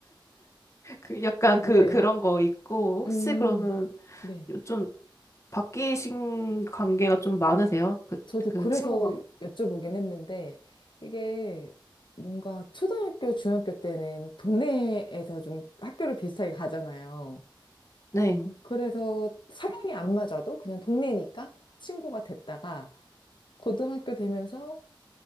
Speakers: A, on the left; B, on the left.
A: 그 약간
B: 네,
A: 그 그런 거 있고 혹시
B: 음,
A: 그러면
B: 네.
A: 요즘 바뀌신 관계가 좀 많으세요? 그,
B: 저도
A: 그
B: 그래서
A: 친구가.
B: 여쭤보긴 했는데, 이게 뭔가 초등학교, 중학교 때는 동네에서 좀 학교를 비슷하게 가잖아요.
A: 네.
B: 그래서 성향이 안 맞아도 그냥 동네니까 친구가 됐다가, 고등학교 되면서